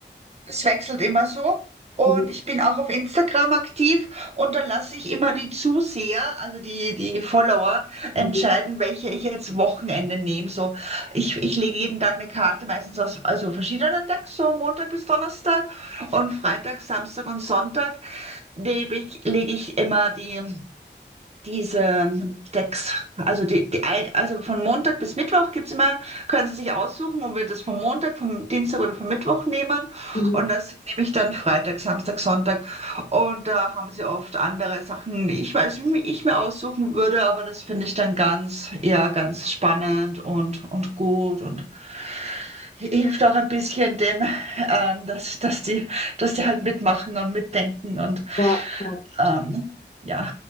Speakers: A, on the right (about 35°); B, on the left (about 40°).
A: Es wechselt immer so. Und
B: mhm,
A: ich bin auch auf Instagram aktiv und da lasse ich immer die Zuseher, also die, die Follower, entscheiden,
B: mhm,
A: welche ich jetzt Wochenende nehme. So, ich, ich lege jeden Tag eine Karte, meistens aus also verschiedenen Tagen, so Montag bis Donnerstag und Freitag, Samstag und Sonntag lebe ich, lege ich immer die. diese Decks, also die, die, ein- also von Montag bis Mittwoch gibt's immer, können Sie sich aussuchen, ob wir das vom Montag, vom Dienstag oder vom Mittwoch nehmen.
B: mhm, mhm,
A: Und das nehme ich dann Freitag, Samstag, Sonntag. Und da haben Sie oft andere Sachen, die ich weiß, mi- ich mir aussuchen würde, aber das finde ich dann ganz, eher ganz spannend und, und gut und hilft auch ein bisschen dem, ähm, dass, dass die, dass die halt mitmachen und mitdenken und
B: ja, ja,
A: ähm, ja,